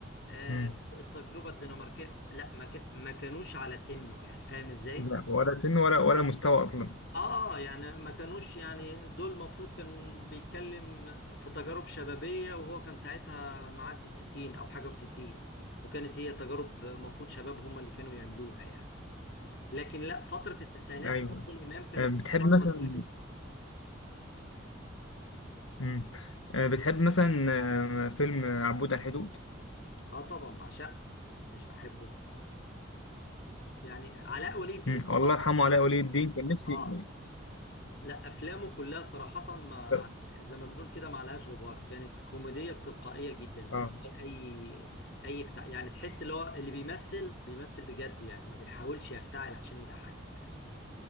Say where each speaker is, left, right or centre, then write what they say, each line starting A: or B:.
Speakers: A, on the left; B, on the left.
A: آه
B: مم.
A: التجربه الدنماركيه لا ما, كا- ما كانوش على سنه يعني فاهم ازاي
B: لا ولا سن ولا ولا مستوى اصلا
A: اه يعني ما كانوش يعني دول المفروض كان بيتكلم في تجارب شبابية وهو كان ساعتها معدي الستين او حاجة وستين وكانت هي تجارب مفروض شباب هم اللي كانوا يعملوها يعني لكن لا فترة التسعينات
B: ايوه
A: لعادل امام كانت
B: آه، بتحب
A: فترة
B: مثلا
A: ذهبية
B: مم. آه، بتحب مثلا آه، فيلم آه، عبود على الحدود
A: اه طبعا بعشقه مش بحبه يعني علاء ولي الدين
B: مم.
A: صراحة
B: والله يرحمه علاء ولي الدين كان نفسي
A: اه لا افلامه كلها صراحه مع
B: اه
A: مم. زي ما بنقول كده ما لهاش غبار كانت كوميديه بتلقائيه جدا ما كانش
B: آه.
A: فيها اي اي فتع... يعني تحس اللي هو اللي بيمثل بيمثل بجد يعني ما بيحاولش يفتعل عشان يضحكك